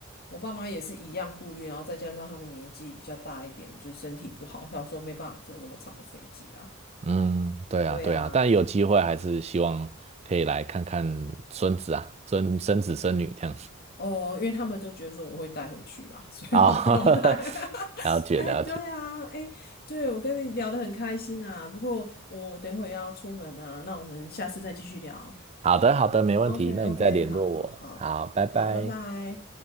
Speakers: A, on the left; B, on the right.
A: 我爸妈也是一样顾虑，然后再加上他们年纪比较大一点，就是身体不好，他说没办法坐那么长的飞机啊。
B: 嗯，对啊，
A: 对啊，
B: 对啊，但有机会还是希望可以来看看孙子啊，孙孙子孙女这样子
A: 哦，因为他们都觉得说我会带回去啦，<laughs> 所以他们不用带。
B: 啊，
A: <laughs>
B: <laughs> 了解了解，
A: 哎对啊，哎，对，我跟你聊得很开心啊。不过我等会要出门啊，那我们下次再继续聊。
B: 好的好的，没问题，
A: OK，OK，
B: 那你再联络我，
A: 好好好好，
B: 好，拜拜。
A: 拜拜。